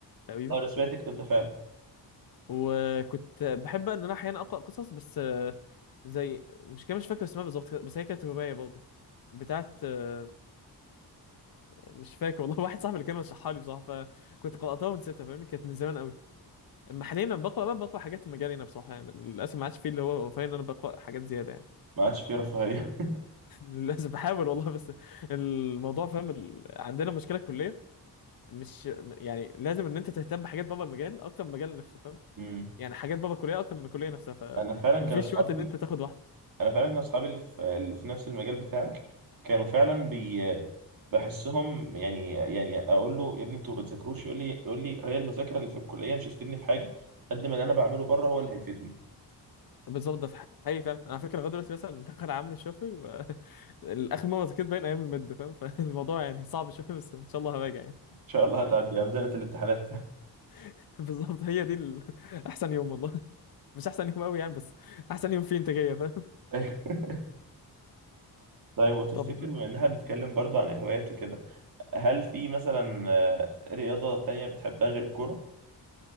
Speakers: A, on the left; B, on the right.
A: تقريبا
B: اه انا سمعت الكلام ده فعلا
A: وكنت بحب ان انا احيانا اقرا قصص بس آه، زي مش كده مش فاكر اسمها بالظبط بس هي كانت روايه برضه بتاعت آه، مش فاكر والله <laughs> واحد صاحبي اللي كان رشحها لي بصراحه فكنت قراتها ونسيتها فاهمني كانت من زمان قوي اما حاليا لما بقرا بقى بقرا حاجات في مجالي انا بصراحه يعني للاسف ما عادش فيه اللي هو فاهم ان انا بقرا حاجات زياده يعني
B: ما عادش فيه رفاهيه
A: <laughs> للاسف بحاول والله بس الموضوع فاهم ال... عندنا مشكله كليه مش يعني لازم ان انت تهتم بحاجات بابا المجال اكتر من المجال نفسه
B: <laughs>
A: فاهم
B: امم
A: يعني حاجات بابا الكليه اكتر من الكليه نفسها
B: انا فعلا
A: فمفيش
B: كان اصحابي
A: وقت ان انت تاخد واحده
B: انا فعلا كان اصحابي اللي في اللي في نفس المجال بتاعك كانوا فعلا بي بحسهم يعني يعني اقول له يا ابني انتوا ما بتذاكروش يقول لي يقول لي هي المذاكره اللي في الكليه مش هتفيدني في حاجه قد ما اللي انا بعمله بره هو اللي هيفيدني ان
A: بالظبط ده في حقيقي فاهم انا على فكره لغايه دلوقتي مثلا دخل عامل الشافعي و... <laughs> الاخر مره ذاكرت باين ايام المد فاهم <laughs> فالموضوع يعني صعب شويه بس ان شاء الله هراجع يعني
B: شاء الله هتعدي يا مزنه الامتحانات
A: <laughs> بالظبط هي دي ال... <laughs> احسن يوم والله <laughs> مش احسن يوم قوي يعني بس احسن يوم فيه انتاجيه فاهم <laughs>
B: <laughs> طيب وتفتكر
A: طب
B: بما ان احنا بنتكلم برضو عن الهوايات وكده هل في مثلا آه، رياضه تانية بتحبها غير الكوره